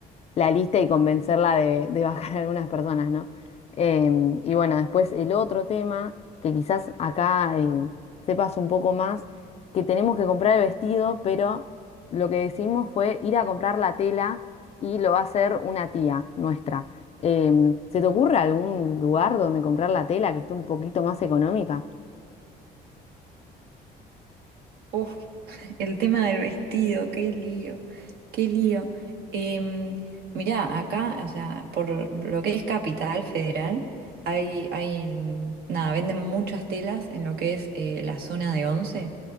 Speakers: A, on the left (about 40°); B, on the right (about 65°).
A: la lista y convencerla de, de bajar a algunas personas, ¿no? Em, y bueno, después el otro tema, que quizás acá eh, sepas un poco más, que tenemos que comprar el vestido, pero lo que decidimos fue ir a comprar la tela y lo va a hacer una tía nuestra. Em, ¿se te ocurre algún lugar donde comprar la tela que esté un poquito más económica?
B: Uf, <laughs> el tema del vestido, qué lío, qué lío. Em, mirá, acá, o sea, por lo que es Capital Federal, hay, hay, nada, venden muchas telas en lo que es eh, la zona de Once,